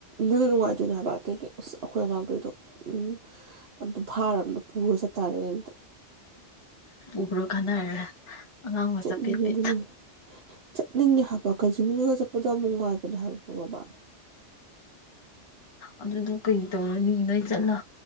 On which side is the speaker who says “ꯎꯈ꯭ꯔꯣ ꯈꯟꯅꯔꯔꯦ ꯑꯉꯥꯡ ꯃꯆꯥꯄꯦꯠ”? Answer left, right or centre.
Left